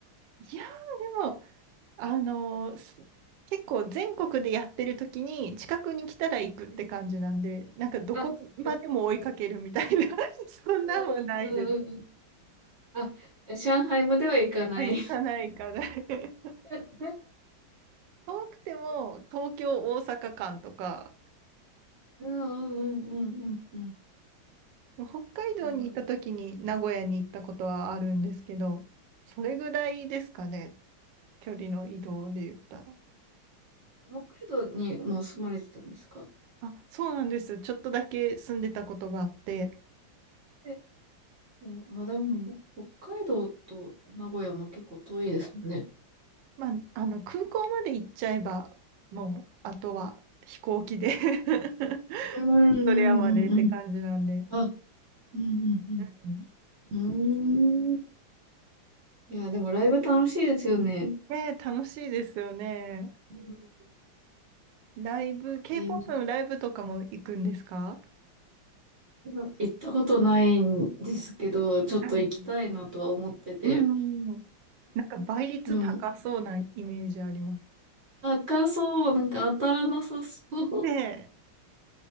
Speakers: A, on the right; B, on the right.
A: いやー、でも、あのーす結構全国でやってる時に近くに来たら行くって感じなんで、
B: え
A: なんかどこまでも追いかけるみたいな、
B: あ、なるほど。
A: <laughs> そんなんはないです。
B: うんうんうんうん。あ、じゃあ上海までは行かない。
A: あ、行かない行かない。<laughs>
B: <laughs>
A: 遠くても東京、大阪間とか、
B: うんうんうんうんうんうん。
A: 北海道に行った時に名古屋に行ったことはあるんですけど、
B: いや、
A: それぐらいですかね、距離の移動で言ったら。
B: 北海道にもう住まれてたんですか
A: あ、そうなんです。ちょっとだけ住んでたことがあって、
B: で、うんまあでも、北海道と名古屋も結構遠いですもんね。
A: まあ、あの空港まで行っちゃえば、もうあとは飛行機で <laughs>
B: うんうんうんうん。
A: ドレアまでって感じなんで。
B: あ、うんうん
A: うん
B: うん。うーん。いや、でもライブ楽しいですよね。
A: ねえ、楽しいですよね。
B: うん。なん
A: ライブ、
B: か臨場感。
A: K-POP のライブとかも行くんですか
B: いや行ったことないんですけど、ちょっと行きたいなとは思ってて。
A: はいうんうんなんか倍率高そうなイメージあります。
B: でも、高そう、なんか当たらなさそう。
A: ねえ。